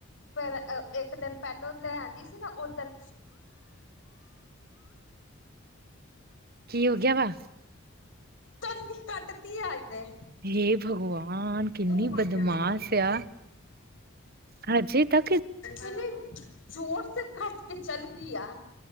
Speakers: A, on the left; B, on the right.
A: ਫਿਰ ਇੱਕ ਦਿਨ ਪਹਿਲੋਂ ਲ ਆਂਦੀ ਸੀ ਨਾ ਦਿਨ
B: ਕੀ ਹੋ ਗਿਆ ਵਾ?
A: ਬੰਦੀ ਕੱਟ ਤ ਆਜ ਨੇੇ।
B: ਹੇ ਭਗਵਾਨ!
A: ਇਹਨੇ
B: ਕਿੰਨੀ ਬਦਮਾਸ਼ ਆ। ਹਜੇ ਤੱਕ
A: ਮਨੇ ਜ਼ੋਰ ਸ ਕੱਟ ਕੇ ਚਲ ਗਿਆ।